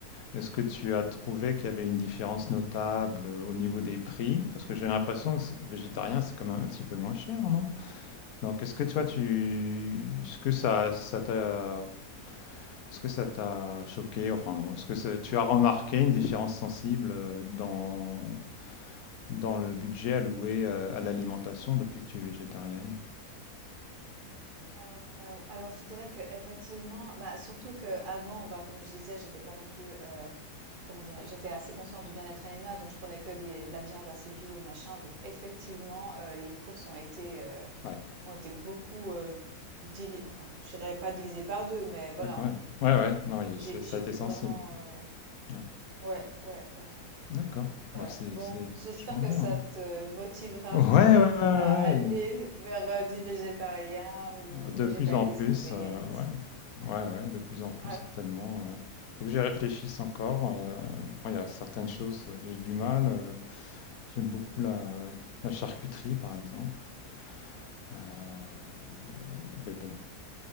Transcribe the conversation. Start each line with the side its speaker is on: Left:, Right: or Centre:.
Left: est-ce que tu as trouvé qu'il y avait une différence notable euh, au niveau des prix? Parce que j'ai l'impression que c'est- végétarien, c'est quand même un petit peu moins cher, non? Donc, est-ce que toi, tu, est-ce que ça, ça t'a Est-ce que ça t'a choqué, enfin non, est-ce que ça- tu as remarqué une différence sensible euh, dans, dans le budget alloué euh, à l'alimentation depuis que tu es végétarienne?
Right: Heu, alors je dirais qu'effectivement, bah, surtout qu'avant, bah, comme je disais, j'étais pas non plus, heu, comment dire? J'étais assez consciente du bien-être animal, donc je prenais que des de la viande assez bio et machin, donc effectivement, heu, les courses ont été, heu,
Left: Ouais,
Right: ont été beaucoup, heu, divi enfin, je dirais pas divisées par 2, mais voilà,
Left: ah, quand
Right: on
Left: même. Ouais, ouais, non, il y
Right: j'ai
Left: a- c'est- ça
Right: j'ai
Left: a été
Right: pu
Left: sensible.
Right: vraiment, heu
Left: Ouais.
Right: ouais, ouais, voilà,
Left: D'accord,
Right: ouais.
Left: bah, c'est
Right: Bon,
Left: c'est- c'est
Right: j'espère
Left: vachement bien.
Right: que ça
Left: hein.
Right: te motivera
Left: Ouais,
Right: peut-être
Left: ouais, ouais,
Right: à aller
Left: ouais.
Right: vers, heu, du végétarien ou
Left: De
Right: végétalisme
Left: plus en plus,
Right: ou véganisme.
Left: euh, ouais. Ouais, ouais, de plus en plus,
Right: Ouais.
Left: certainement.
Right: cool.
Left: ouais. Faut que j'y réfléchisse encore. euh, bon, il y a certaines choses, euh, j'ai du mal. euh, j'aime beaucoup la, la charcuterie, par exemple. Euh, mais bon,